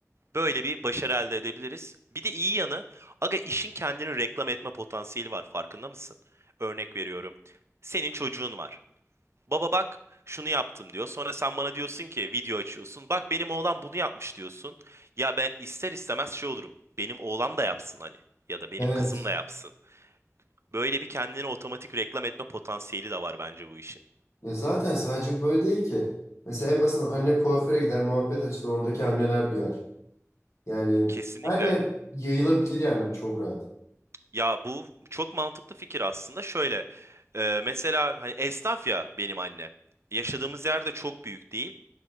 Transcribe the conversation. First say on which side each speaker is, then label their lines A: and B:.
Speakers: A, on the right (about 55°); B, on the left (about 65°).
A: böyle bir başarı elde edebiliriz. Bir de iyi yanı aga işin kendini reklam etme potansiyeli var farkında mısın? Örnek veriyorum. Senin çocuğun var. Baba bak şunu yaptım diyor. Sonra sen bana diyorsun ki video açıyorsun. Bak benim oğlan bunu yapmış diyorsun. Ya ben ister istemez şey olurum. Benim oğlan da yapsın hani. Ya da benim
B: Evet.
A: kızım da yapsın. Böyle bir kendine otomatik reklam etme potansiyeli de var bence bu işin.
B: Ya zaten sadece böyle değil ki. Mesela en basitinden anne kuaföre gider muhabbet açılır oradaki anneler duyar. Yani
A: Kesinlikle.
B: her yer yayılabilir yani bu çok rahat.
A: Ya bu çok mantıklı fikir aslında. Şöyle e, mesela hani esnaf ya benim annem. Yaşadığımız yerde çok büyük değil.